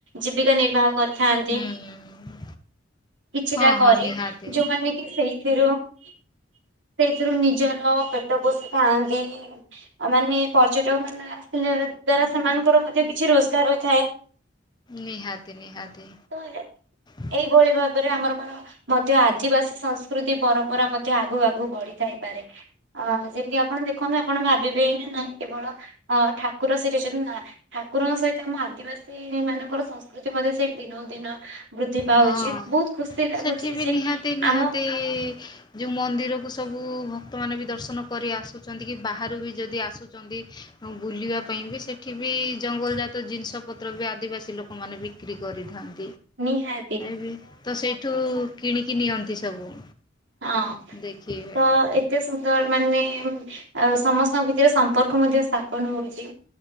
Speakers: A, on the right; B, on the left.
A: ଜୀବିକା ନିର୍ବାହ କରି ଥାନ୍ତି।
B: ହୁଁ।
A: <inaudible> କିଛିଟା
B: ହଁ
A: କରି
B: ହଁ ନିହାତି
A: ଯୋଉମାନେ କି ସେଇଥିରୁ <inaudible> ସେଇଥିରୁ ନିଜର ପେଟ ପୋଷିଥାନ୍ତି। ମାନେ ପର୍ଯ୍ୟଟକ ମାନେ ଆସିଲା ଦ୍ଵାରା ସେମାନଙ୍କର ମଧ୍ୟ କିଛି ରୋଜଗାର ହୋଇଥାଏ।
B: ନିହାତି ନିହାତି।
A: ତ
B: <inaudible>
A: ଏଇଭଳି ଭାବରେ ଆମର ମଧ୍ୟ ଆଦିବାସୀ ସଂସ୍କୃତି ପରମ୍ପରା ମଧ୍ୟ ଆଗୁ ଆଗକୁ ବଢ଼ିଥାଇପାରେ। ଅ ଯେମିତି ଆପଣ ଦେଖନ୍ତୁ ଆପଣ ଭାବିବେ ହିଁ ନା ନାଇଁ କେବଳ ଅ ଠାକୁର ସେଇଠି ଅଛନ୍ତି। ନା ଠାକୁରଙ୍କ ସହିତ ଆମ ଆଦିବାସୀ ମାନଙ୍କର ସଂସ୍କୃତି ମଧ୍ୟ ସେଇଠି ଦିନକୁ ଦିନ ବୃଦ୍ଧି ପାଉଛି
B: ହଁ
A: ବହୁତ
B: <inaudible>
A: ଖୁସି ଲାଗୁଛି
B: ସେଠି ବି
A: ଯେ
B: ନିହାତି ନିହାତି
A: ଆମ
B: ଯୋଉ ମନ୍ଦିରକୁ ସବୁ ସବୁ ଭକ୍ତମାନେ ବି ଦର୍ଶନ କରି ଆସୁଚନ୍ତି। କି ବାହାରୁ ବି ଯଦି ଆସୁଚନ୍ତି। ବୁଲିବା ପାଇଁ ବି ସେଠି ବି ଜଙ୍ଗଲଜାତ ଜିନିଷପତ୍ର ବି ଆଦିବାସୀ ଲୋକମାନେ ବିକ୍ରି କରିଥାନ୍ତି।
A: ନିହା
B: ଏ ତ ସେଇଠୁ କିଣିକି ନିଅ ନିଅନ୍ତି ସବୁ।
A: ହଁ
B: ଦେଖିବେ।
A: ତ ଏତେ ସୁନ୍ଦର ମାନେ ସମସ୍ତଙ୍କ ଭିତରେ ସମ୍ପର୍କ ମଧ୍ୟ ସ୍ଥାପନ ହଉଚି।